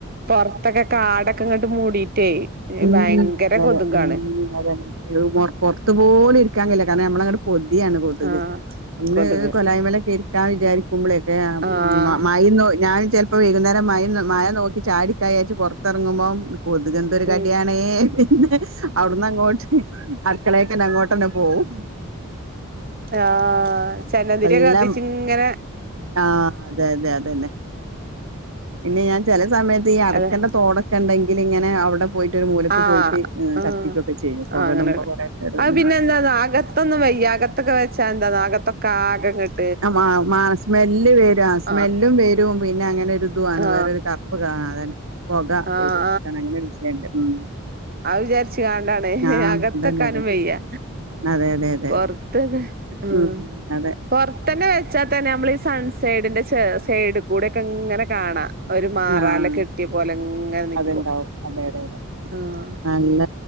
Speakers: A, on the right; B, on the right.
A: പൊറത്തൊക്കെ കാടൊക്കെങ്ങട്ട് മൂടിട്ടേ
B: ഉം
A: ഭയങ്കര
B: അതെ അതെ
A: കൊതുകാണ്
B: ഉം അതന്നെ അതന്നെ മോറ പൊറത്ത് പോലും ഇരിക്കാൻ കയ്യില്ല കാരണം നമ്മളങ്ങട് പൊതിയാണ് കൊതുക്
A: ആഹ്
B: ഒന്ന്
A: കൊതുക്
B: കൊലായ്മല്ക്കെരിക്കാൻ വിചാരിക്കുമ്പോളേ <unintelligible>
A: ആഹ്
B: ഞാൻ ചെലപ്പോ ഇപ്പൊ വൈകുന്നേരം മഴയും മഴ നോക്കി ചായുടിക്കായരച്ച് പുറത്തിറങ്ങുമ്പോം കൊതുക് എന്തൊരു കാര്യം
A: ഉം
B: എവിടെയാണേ പിന്നെ അവിടന്നങ്ങോട്ട് അടുക്കളക്കന്നെ അങ്ങോട്ട്ന്നെ പോവും
A: ആഹ് ചന്ദന തിരിയൊക്കെ
B: നല്ല
A: കത്തിച്ച്ങ്ങനെ
B: ആഹ് അതെ അതെ അതന്നെ പിന്നെ ഞാൻ ചെല സമയത്ത് ഈ അടക്കന്റെ
A: അതെ
B: തോടൊക്കെ ഉണ്ടെങ്കിലിങ്ങനെ അവിടെ പോയിട്ട് ഒരു മൂലക്ക്
A: ആഹ്
B: പോയിട്ട്
A: ആഹ്
B: കത്തിക്കൊക്കെ ചെയ്യും
A: ആഹ്
B: പുകടുമ്പോ
A: അങ്ങനെയള്ള
B: കൊറെയൊക്കെ
A: അത് പിന്നെ എന്താന്നോ അക ത്തൊന്നും വയ്യ അകത്തൊക്കെ വെച്ചാ എന്താന്നോ അകത്തൊക്കാകങ്ങട്ട്
B: ആമ മആ സ്മെല്ല് വര സ്മെല്ലും
A: ആഹ്
B: വരും. രും പിന്നെ അങ്ങനെ ഒരു ഇതു ആണ്
A: ആഹ്
B: വേറൊരു കറുപ്പ് കാണാ അതന്നെ പൊക
A: ആഹ്
B: വരും അതാണ് അങ്ങനെ വിഷയണ്ട് ഉം
A: ആ വിചാരിച്ച്കാണ്ടാണ്
B: ആഹ്
A: അകത്തക്കാനും
B: അതന്നെ അതെ
A: വെയ്യ.
B: അതെ അതെ അതെ
A: പൊറത്തൊക്കെ.
B: അതെ
A: ആഹ്
B: ഉം അതെ
A: പൊറത്തന്നെ വെച്ചാതന്നെ നമ്മൾ ഈഹ് സൺ സൈഡിന്റെ സൈഡിക്കുടെ ഒക്കെ ഇങ്ങനെ കാണാ ഒരു മാറാല
B: ആഹ്
A: കെട്ടിയ പോലെങ്ങനെ നിക്കും
B: അത്ണ്ടാവും അതെ അതെ അതെ
A: ആഹ്
B: നല്ല